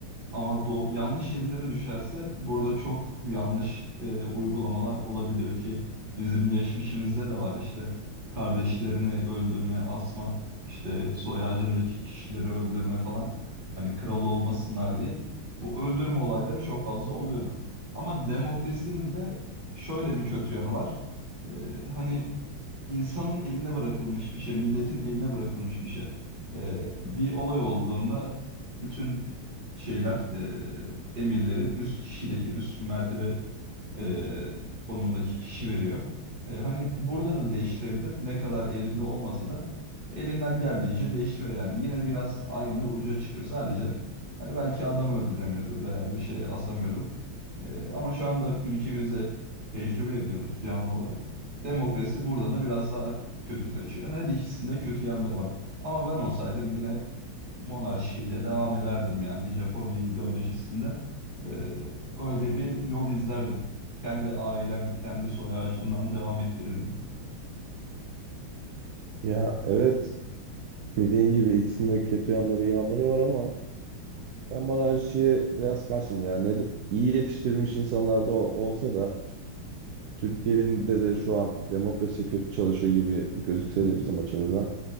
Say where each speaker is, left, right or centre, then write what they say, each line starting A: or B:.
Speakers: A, on the right; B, on the right.
A: Ama do yanlış ellere düşerse burada çok yanlış e, uygulamalar olabiliyor ki bizim geçmişimizde de var işte kardeşlerini öldürme, asma, işte soy ağacındaki kişileri öldürme falan. Hani kral olmasınlar diye bu öldürme olayları çok fazla oluyordu. Ama demokrasinin de şöyle bir kötü yanı var. E, hani insanın eline bırakılmış bir şey, milletin eline bırakılmış bir şey. Ee, bir olay olduğunda bütün şeyler, e, emirleri üst kişideki üst mertebe e, konumundaki kişi veriyor. E, hani burada da değiştirebilir. Ne kadar elinde olmasa da elinden geldiğince değiştiriyor yani. Yine biraz aynı uca çıkıyor sadece. Hani belki adam öldüremiyordur veya bir şey asamıyordur. Ee, ama şu anda ülkemizde tecrübe ediyoruz canlı olarak. Demokrasi burada da biraz daha kötü kaçıyor. Her ikisinde kötü yanları var. Ama ben olsaydım yine monarşiyle devam ederdim yani Japonya ideolojisinde. Ee, öyle bir yol izlerdim. Kendi ailem, kendi soy ağacımdan devam ettirirdim.
B: Ya evet dediğin gibi ikisinde kötü yanları iyi yanları var ama ben monarşiye biraz karşıyım ya. Ne, iyi yetiştirilmiş insanlar da o- olsa da Türkiye'de de şu an demokrasi kötü çalışıyor gibi gözükse de bizim açımızdan.